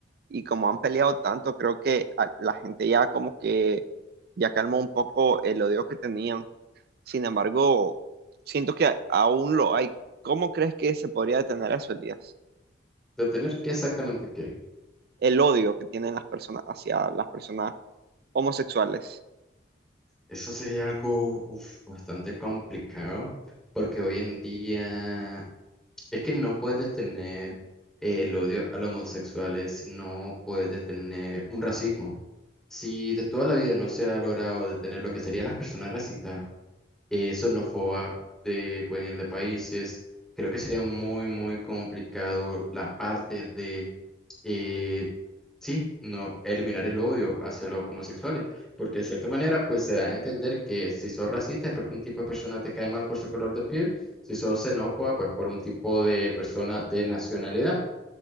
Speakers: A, on the right; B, in the centre.
A: y como han peleado tanto, creo que a- la gente ya como que ya calmó un poco el odio que tenían. Sin embargo, siento que a- aún lo hay. ¿Cómo crees que se podría detener eso, Elías?
B: Detener qué exactamente qué.
A: El odio que tienen las personas hacia las personas homosexuales.
B: Eso sería algo uf, bastante complicado, porque hoy en día... Es que no puedes detener eh, el odio a los homosexuales, si no puedes detener un racismo. Si de toda la vida no se ha logrado detener lo que serían las personas racistas, eh, xenófobas de, pues, de países, creo que sería muy, muy complicado la parte y sí, no eliminar el odio hacia los homosexuales, porque de cierta manera pues se da a entender que si sos racista es porque un tipo de persona te cae mal por su color de piel, si sos xenófoba pues por un tipo de persona de nacionalidad,